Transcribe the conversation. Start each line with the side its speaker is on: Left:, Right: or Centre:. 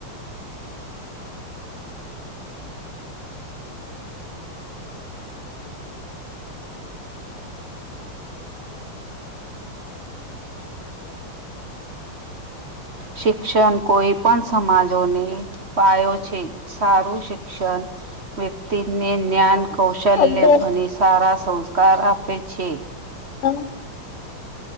Right: શિક્ષણ કોઈ પણ સમાજોને પાયો છે સારું શિક્ષણ વ્યક્તિને જ્ઞાન કૌશલ્ય
Left: અભ્યાસ
Right: અને સારા સંસ્કાર આપે છે.
Left: હલો <unintelligible>